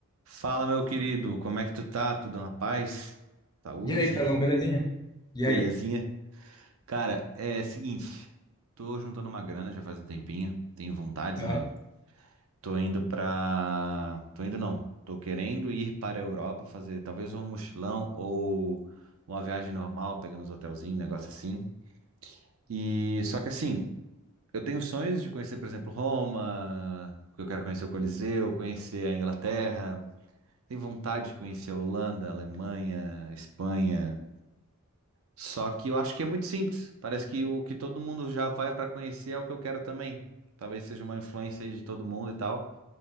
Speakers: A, on the right; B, on the left.
A: Fala, meu querido, como é que tu tá? Tudo na paz? Saúde?
B: E aí, Carlão, belezinha? E
A: Belezinha?
B: aí?
A: Cara, é seguinte, tô juntando uma grana já faz um tempinho, tenho vontades,
B: Aham,
A: né? Tô indo pra... Tô indo não, tô querendo ir para a Europa fazer talvez um mochilão ou uma viagem normal, pegando os hotelzinhos, negócio assim. E só que assim, eu tenho sonhos de conhecer, por exemplo, Roma, porque eu quero conhecer o Coliseu, conhecer a Inglaterra, Tem vontade de conhecer a Holanda, a Alemanha, a Espanha. Só que eu acho que é muito simples. Parece que o que todo mundo já vai pra conhecer é o que eu quero também. Talvez seja uma influência aí de todo mundo e tal.